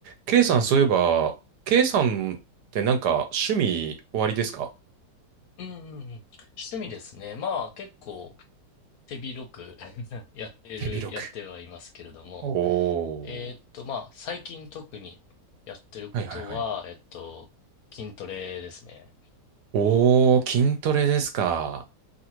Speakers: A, on the right (about 75°); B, on the left (about 70°).
A: K さん、そういえば、K さんってなんか趣味終わりですか
B: うんうんうん。趣味ですね。まあ結構手広く <laughs> やってる、
A: 手広く。
B: やってはいますけれども、
A: お、おー。
B: えーっとまあ最近特にやってることは、
A: はいはいはい。
B: えっと、筋トレですね。
A: おー、筋トレですか。